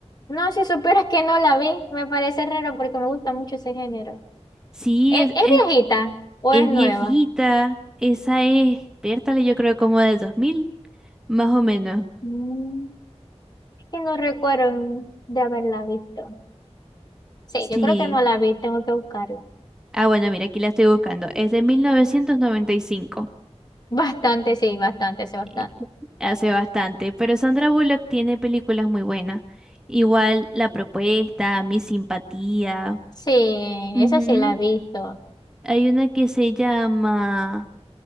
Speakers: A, on the left; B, in the centre.
A: no, si supieras que no la vi, me parece raro porque me gusta mucho ese género.
B: Sí,
A: ¿E-
B: es,
A: ¿Es,
B: es,
A: viejita o
B: es
A: es nueva?
B: viejita. Esa es, Pértale, yo creo como del 2000, más o menos.
A: Mm, es que no recuerdo de haberla visto. Sí,
B: Sí.
A: yo creo que no la vi, tengo que buscarla.
B: Ah, bueno, mira, aquí la estoy buscando. Es de 1995.
A: <laughs> Bastante, sí, bastante, sí, bastante.
B: eh, Hace bastante. Pero Sandra Bullock tiene películas muy buenas. Igual La Propuesta, Mi Simpatía.
A: Sí,
B: Ujú.
A: esa sí la he visto.
B: Hay una que se llama.